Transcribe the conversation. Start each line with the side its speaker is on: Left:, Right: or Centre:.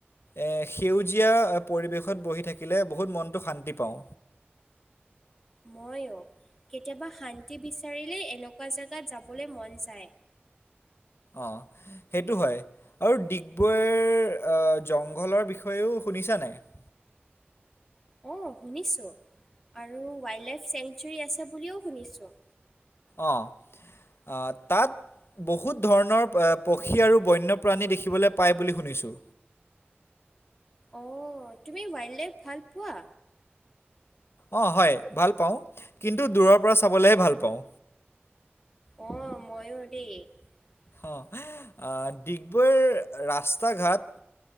Left: এ সেউজীয়া পৰিৱেশত বহি থাকিলে বহুত মনটো শান্তি পাওঁ।
Centre: মইয়ো, কেতিয়াবা শান্তি বিচাৰিলেই এনেকুৱা জেগাত যাবলৈ মন যায়।
Left: অহ, সেইটো হয়। আৰু ডিগবৈৰ অহ, জংঘলৰ বিষয়েও শুনিছানে নাই?
Centre: অহ, শুনিছোঁ আৰু ৱাইল্ড লাইফ চেংচুৰী আছে বুলিওঁ শুনিছোঁ।
Left: অহ', আহ, তাত বহুত ধৰণৰ পক্ষী আৰু বন্যপ্ৰাণী দেখিবলৈ পায় বুলি শুনিছোঁ।
Centre: অহ, তুমি ৱাইল্ড লাইফ ভাল পোৱা?
Left: অহ, হয় ভাল পাওঁ কিন্তু দূৰৰ পৰা চাবলৈহে ভাল পাওঁ।
Centre: অহ, মইয়ো দেই। <inaudible>
Left: অঁ আহ, ডিগবৈৰ ৰাস্তা ঘাট